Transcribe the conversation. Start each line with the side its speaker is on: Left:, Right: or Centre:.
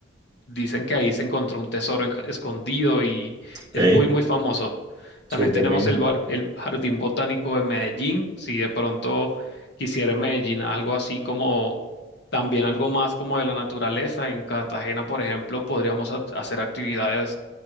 Left: Dicen que ahí se encontró un tesoro en- escondido y
Right: Ok,
Left: es muy, muy famoso.
Right: súper
Left: También tenemos
Right: bien.
Left: el, bar- el Jardín Botánico de Medellín. Si de pronto quisiera en Medellín algo así como, también algo más como de la naturaleza. En Cartagena, por ejemplo, podríamos ha- hacer actividades